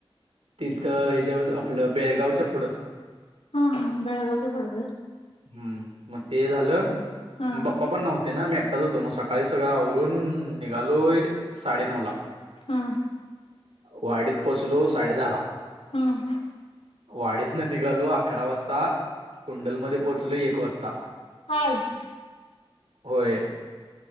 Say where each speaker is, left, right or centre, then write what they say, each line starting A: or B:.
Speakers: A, on the right; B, on the left.
A: तिथं हच्या आपलं बेळगावच्या पुढं.
B: हा हा बेळगावली पडत.
A: हम्म मग ते झालं
B: हम्म
A: म बाप्पा पण नव्हत. ते ना मी एकटाच होतो मग, सकाळी सगळं आवरून निघालोय साडेनऊ ला.
B: हा.
A: वाडीत पोचलो साडे झाला.
B: हम्म
A: वाडीत न निघालो अकरा वाजता कुंडलमध्येध्ये पोहोचलो एक वाजता.
B: आज.
A: होय.